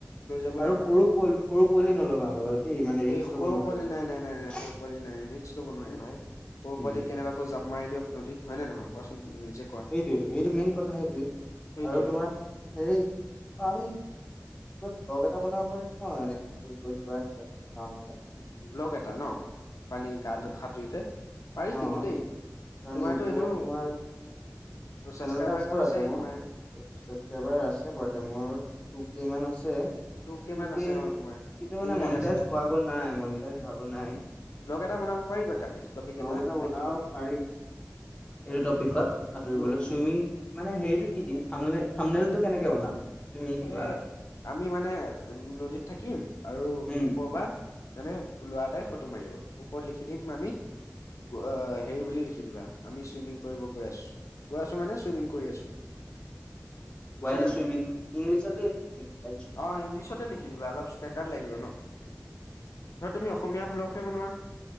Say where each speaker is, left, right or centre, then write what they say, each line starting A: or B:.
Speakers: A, on the left (about 75°); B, on the left (about 20°).
A: লৈ যাব লাগে
B: আৰু সৰু
A: টিউবটো।
B: পোৱালি সৰু পোৱালি নলবা আমাৰ লগত দেই মানে ৰিক্স
A: এই সৰু
B: ল'ব নোৱাৰিবা।
A: পোৱালি নাই নাই নাই নাই সৰু পোৱালি নাই ৰিক্স ল'ব নোৱাৰে ভাই, সৰু
B: উম
A: পোৱালি কেনেবাকৈ জাপ মাৰি দিয়ক নদীত, হয় নে নহয় কোৱাচোন? তুমি নিজে কোৱা
B: সেইটোৱেটো সেইটো মেইন কথা সেইটোৱেই
A: সেইটোৱে।
B: আৰু তোমাৰ হেৰি আমি ত ব্লগ এটা বনাব পাৰিম ন এনেক গছ গৰা কিবা খাওঁ এতিয়া।
A: ব্লক এটা ন পানী গাটো সাঁতুৰোতে? পাৰি
B: অ
A: কিন্তু দেই,
B: কাৰণ
A: তোমাৰ
B: ইউটিউবত
A: এইটো এনেও
B: তোমাৰ চেনেল
A: ছাবস্ক্ৰাইবাৰটো
B: এটা আছে বাৰুতে
A: আছেই
B: মোৰ
A: তোমাৰ।
B: ছাবস্ক্ৰাইবাৰ আছে বাৰুদে মোৰ টুকেই মান আছে।
A: টু কে
B: টুকে
A: মান আছে অ তোমাৰ
B: কিন্তু মানে
A: তুমি দেখাইছিলা
B: মনিটাইজ হোৱাগৈ নাই মনিটাইজ হোৱাগৈ নাই।
A: ব্লগ এটা বনাব পাৰিবা কালি? টপিক
B: ব্লগ এটা
A: সেইটো
B: বনাব
A: টপিক
B: পাৰি এইটো টপিকত সাঁতুৰিবলৈ
A: উম
B: চুইমিং মানে হেৰিটো কি দিম? থামলে থামনেলটো কেনেকে বনাম? তুমি কিবা
A: এ আমি মানে নদীত থাকিম আৰু
B: উম
A: ওপৰৰ পৰা মানে ল'ৰা এটাই ফটো মাৰিব, ওপৰত লিখি দিম আমি অ হেৰি বুলি লিখি দিবা আমি চুইমিং কৰিব গৈ আছো, গৈ আছো মানে চুইমিং কৰি আছো। বুজিছা
B: ৱাইল্ড
A: নে
B: চুইমিং,
A: নাই
B: ইংলিছত <inaudible>
A: অঁ ইংলিছতে লিখি দিবা অলপ ষ্টেণ্ডাৰ্ড লাগিব ন, আৰু তুমি অসমীয়া ব্লগহে বনোৱা।